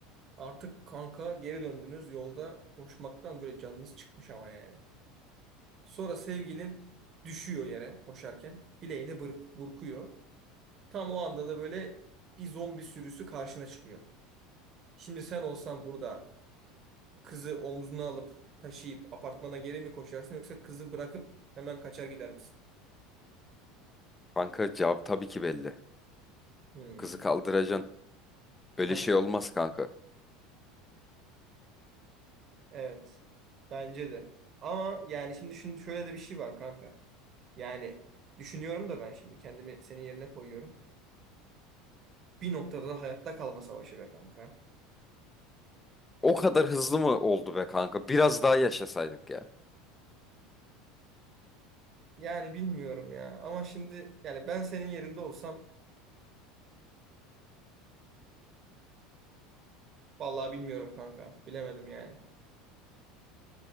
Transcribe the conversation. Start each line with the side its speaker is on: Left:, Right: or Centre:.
Right: Artık kanka geri döndünüz. Yolda koşmaktan böyle canınız çıkmış ama yani. Sonra sevgilin düşüyor yere koşarken. Bileğini bır- burkuyor. Tam o anda da böyle bir zombi sürüsü karşına çıkıyor. Şimdi sen olsan burada kızı omzuna alıp taşıyıp apartmana geri mi koşarsın yoksa kızı bırakıp hemen kaçar gider misin?
Left: Kanka cevap tabii ki belli.
Right: Hmm,
Left: Kızı kaldıracaksın. Öyle
Right: tabii
Left: şey
Right: canım.
Left: olmaz kanka.
Right: Evet. Bence de. Ama yani şimdi şun- şöyle de bir şey var kanka. Yani düşünüyorum da ben şimdi kendimi senin yerine koyuyorum. Bir noktada da hayatta kalma savaşı be kanka.
Left: O kadar hızlı mı oldu be kanka? Biraz daha yaşasaydık ya.
Right: Yani bilmiyorum ya. Ama şimdi yani ben senin yerinde olsam vallahi bilmiyorum kanka. Bilemedim yani.